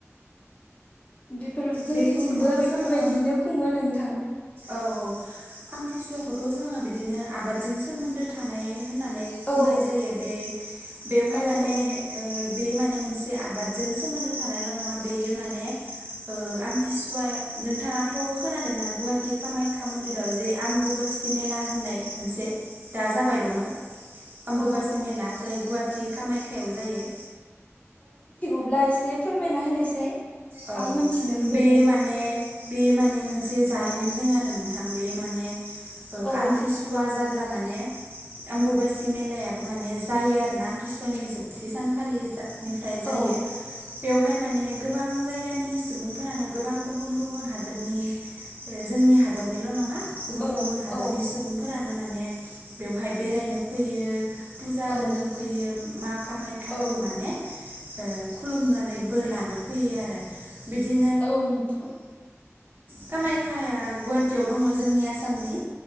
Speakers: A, on the left; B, on the right.
A: बेफोर जोंनिथिंबो
B: बेखौथ'
A: बेफोरबायदियैनो
B: जोङो
A: खुङो नोंथां।
B: औ आमथिसुवाखौथ' जोङो बिदिनो आबादजों सोमोन्दो थानाय होननानै खुंनाय
A: औ
B: जायो बे बेवहाय
A: औ
B: माने
A: औ
B: बे माने मोनसे आबादजों सोमोन्दो थानायल' नङा बेयो माने आमथिसुवाया नोंथाङाथ' खोनादोंना गुवाहाटि कामाख्या मन्दिराव जे आम्बुुबास मेला होननाय मोनसे दा जाबाय दङ? आम्बुुबासि
A: अ
B: मेला जाय गुवाहाटि कामाय्खायाव जायो।
A: अब्ला एसे फोरमायना होनायसाय?
B: औ
A: आं मोनथिनो लुबैदों
B: बेयो माने बेयो माने मोन मोनसे जारिमिन दङ आरो नोंथां बे माने ओ
A: औ
B: आमथिसुवा जाब्ला माने आम्बुुबासि मेलायाबो माने जायो आरोना आमथिसुवानि जोबथि सानखालि निफ्राय
A: औ
B: जायो बेवहाय माने गोबां जायगानि सुबुंफोरानो गोबां गुबुन गुबुन हादरनि जोंनि हादरनिल' नङा। गुबुन
A: औ
B: गुबुन हादरनि
A: औ
B: सुबुंफोरानो माने बेवहाय बेरायनो फैयो। फुजा
A: औ
B: होनो फैयो मा कामाख्याखौ
A: औ
B: माने ओ खुलुमनानै बोर लानो फैयो आरो बिदि
A: औ नोंथां।
B: कामाख्याआ गुवाहाटियाव दङ जोंनि आसामनि